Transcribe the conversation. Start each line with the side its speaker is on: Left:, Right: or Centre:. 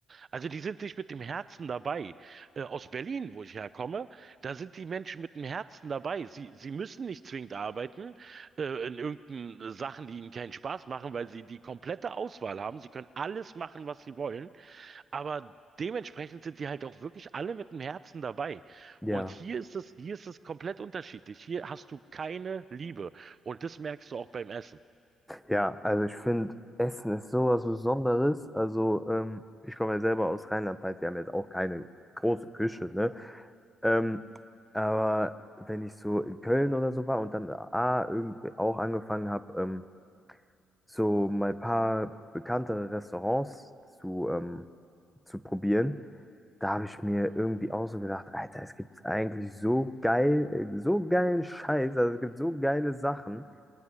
Right: Also die sind nicht mit dem Herzen dabei. Äh, aus Berlin, wo ich herkomme, da sind die Menschen mit dem Herzen dabei. Sie, sie müssen nicht zwingend arbeiten, äh, in irgendeinen Sachen, die ihnen keinen Spaß machen, weil sie die komplette Auswahl haben. Sie können alles machen, was sie wollen. Aber Dementsprechend sind die halt auch wirklich alle mit dem Herzen dabei.
Centre: Ja.
Right: Und hier ist es, hier ist es komplett unterschiedlich. Hier hast du keine Liebe. Und das merkst du auch beim Essen.
Centre: Ja, also ich finde, Essen ist sowas Besonderes. Also, ähm, ich komme ja selber aus Rheinland-Pfalz, wir haben jetzt auch keine große Küche, ne? Ähm, aber wenn ich so in Köln oder so war und dann A, irgendwie auch angefangen habe, ähm, so mal ein paar bekanntere Restaurants zu, ähm, zu probieren, da habe ich mir irgendwie auch so gedacht, Alter, es gibt eigentlich so geil, äh, so geilen Scheiß, also es gibt so geile Sachen.